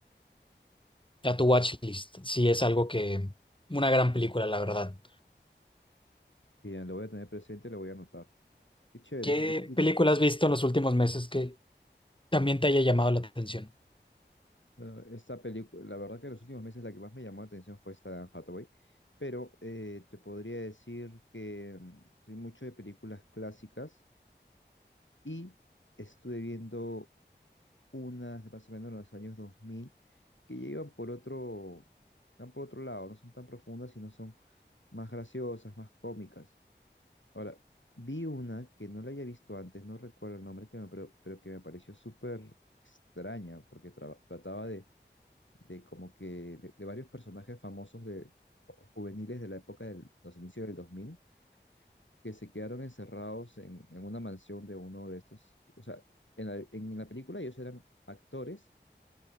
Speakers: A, on the left (about 25°); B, on the left (about 85°).
A: A tu watchlist, sí es algo que, una gran película, la verdad.
B: Y ya lo voy a tener presente lo voy a anotar. Qué chévere.
A: ¿Qué
B: que me- y,
A: película has visto en los últimos meses que también te haya llamado la atención?
B: bueno, esta película, la verdad que en los últimos meses la que más me llamó la atención fue esta de Anne Hathaway, pero eh, te podría decir que mm, soy mucho de películas clásicas y estuve viendo unas de más o menos en los años 2000 que ya iban por otro, van por otro lado, no son tan profundas, sino son más graciosas, más cómicas. Ahora, vi una que no la había visto antes, no recuerdo el nombre, que me, pero, pero que me pareció súper extraña, porque tra- trataba de, de como que de, de varios personajes famosos de juveniles de la época de los inicios del 2000 que se quedaron encerrados en, en una mansión de uno de estos. O sea, en la, en la película ellos eran actores